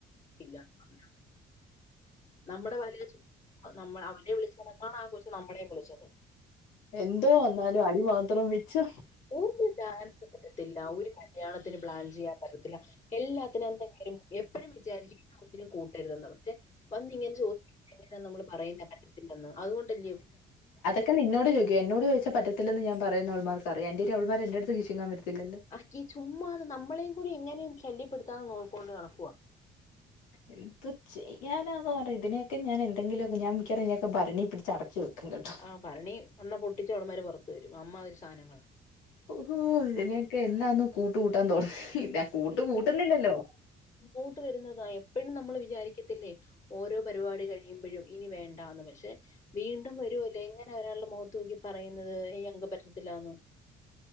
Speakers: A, on the left; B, on the left.
A: ഇല്ല എന്ന് പറഞ്ഞു. നമ്മുടെ പാല്കാച്ച് നമ്മള് അവരെ വിളിച്ചതക്കാണ് ആ കൊച്ച് നമ്മള വിളിച്ചത്
B: എന്തോ വന്നാലും അടി മാത്രം വെച്ച്
A: ഒരു ഡാൻസ് പറ്റത്തില്ല ഒരു കല്യാണത്തിന് പ്ലാൻ ചെയ്യാൻ പറ്റത്തില്ല എല്ലാത്തിനും എന്തെക്കിലും എപ്പോഴും വിചാരിക്കും ഒന്നി നും കൂട്ടരുത് ന്ന് റ്റെ പെന്നിങ്ങനെ ചോദിക്ക നമ്മള് പറയുന്ന പറ്റത്തില്ലെന്ന് അതുകൊണ്ടല്ലേ..
B: കെ നിന്നോട് ചോദിക്കു എന്നോട് ചോദിച്ച പറ്റിത്തില്ലെന്ന് ഞാൻപറയും അവൾ മാർക്ക് അറിയാം ഒരു അവൾമാർ എന്റെ അടുത് <unintelligible>
A: ആഹ്കി ചുമ്മാതെ നമ്മളെയും കൂടി എങ്ങനെയും ശല്യപ്പെടുത്താന്ന് നോക്കോണ്ട് നടക്കുവവാ
B: എന്ത് ചെയ്യാനാെന്ന് പറി ഇതിനെയൊക്കെ ഞാൻ എന്തെങ്കിലുക്കെ ഞാൻ മിക്കാറു ഇപ്പം ഭരണി പിടിച്ചടച്ചു വെക്കും കേട്ടോ
A: ആ ഭരണി വന്നാ പൊട്ടിച്ച് അവളമാര് പുറത്ത് വരും. അമ്മാതിരി സാധനങ്ങളാ.
B: ഉഹു ഇതി നൊയൊക്കെ എന്നാന്ന് കൂട്ട് കൂട്ടാൻ തോന്നുന്ന കൂട്ട് കൂട്ടുന്നില്ലല്ലോ
A: ഇ ങ്ങോട്ട് വരുന്നതാ എപ്പോഴും നമ്മൾ വിചാരിക്കത്തില്ലേ ഓരോ പരിപാടി കഴി ഴിയുമ്പോഴും ഇനി വേണ്ടന്ന് പക്ഷെ വീണ്ടും വരുലൈ എങ്ങന നെ ഒരാൾടെ മോത്ത് നോക്കി പറയുന്നത് ഈ അംഗപറ്റത്തിലാന്ന്